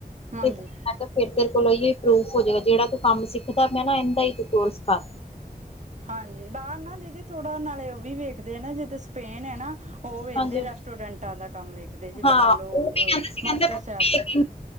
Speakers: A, on the right (about 50°); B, on the left (about 40°).
A: ਹਾਂਜੀ
B: ਤੇ ਮੈਂ ਕਿਹਾ ਫ਼ਿਰ ਤੇਰੇ ਕੋਲੋਂ ਇ ਪ੍ਰੂਫ ਹੋ ਜਾਏਗਾ ਜਿਹੜਾ ਤੂੰ ਕੰਮ ਸਿੱਖਦਾ ਮੈਂ ਨਾ ਇਹਦਾ ਹੀ ਤੂੰ ਕੋਰਸ ਕਰ
A: ਹਾਂਜੀ ਬਾਹਰ ਨਾ ਦੀਦੀ ਥੋੜਾ ਨਾਲੇ ਉਹ ਵੀ ਵੇਖਦੇ ਨਾ ਜਿੱਦੋਂ ਸਪੇਨ ਹੈ ਨਾ ਉਹ ਵਹਿੰਦੇ
B: ਹਾਂਜੀ
A: ਰੈਸਟੋਰੈਂਟਾਂ ਦਾ ਕੰਮ ਵੇਖਦੇ ਜਿੱਦਾਂ
B: ਹਾਂ
A: ਮੰਨ ਲਓ
B: ਉਹ ਵੀ ਕਹਿੰਦਾ
A: ਮਾਸਟਰ ਸਾਹਿਬ
B: ਸੀ
A: ਦਾ
B: ਕਹਿੰਦਾ